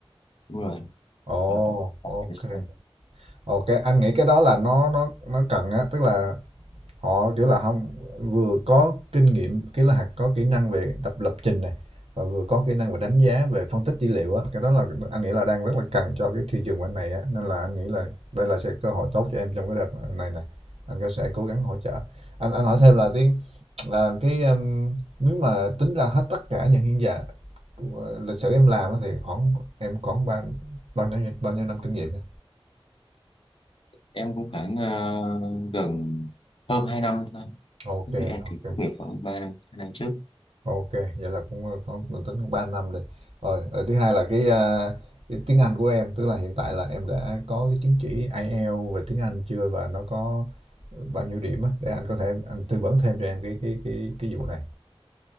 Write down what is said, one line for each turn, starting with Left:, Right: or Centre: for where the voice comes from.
Left: đúng rồi
Right: Ồ,
Left: Ờ, ờ,
Right: ok.
Left: yes.
Right: Ok, anh nghĩ cái đó là nó nó nó cần á, tức là họ kiểu là không vừa có kinh nghiệm, kiểu là, hạt có kỹ năng về tập lập trình này, và vừa có kỹ năng về đánh giá, về phân tích dữ liệu á. Cái đó là anh nghĩ là đang rất là cần cho cái thị trường bên này á, nên là anh nghĩ là đây là sẽ cơ hội tốt cho em trong cái đợt này này anh có sẽ cố gắng hỗ trợ. Anh anh hỏi thêm là cái là cái, ờm, nếu mà tính ra hết tất cả những hiện giờ của lịch sử em làm á thì khoảng em khoảng bao bao nhiêu bao nhiêu năm kinh nghiệm nhỉ?
Left: em cũng khoảng ờ, gần hơn 2 năm thôi
Right: ok
Left: Thế thì em
Right: ok
Left: thì tốt nghiệp khoảng 3 năm 2 năm trước
Right: OK, vậy là cũng, có mình tính cũng 3 năm rồi. Rồi, rồi thứ hai là cái, a, cái tiếng Anh của em, tức là hiện tại là em đã có cái chứng chỉ IELTS về tiếng Anh chưa và nó có bao nhiêu điểm á, để anh có thể anh tư vấn thêm cho em cái cái cái cái vụ này.